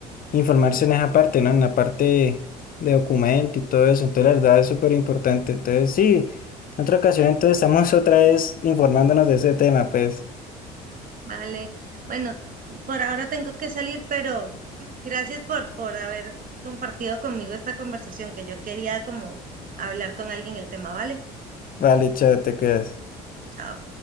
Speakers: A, on the left; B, on the right.
A: informarse en esa parte, ¿no? En la parte de documento y todo eso. Entonces, la verdad es súper importante. Entonces, sí, en otra ocasión entonces estamos <laughs> otra vez informándonos de ese tema, pues.
B: Vale, bueno, por ahora tengo que salir, pero gracias por, por haber compartido conmigo esta conversación que yo quería como hablar con alguien el tema, ¿vale?
A: Vale, chao, te cuidas.
B: Chao.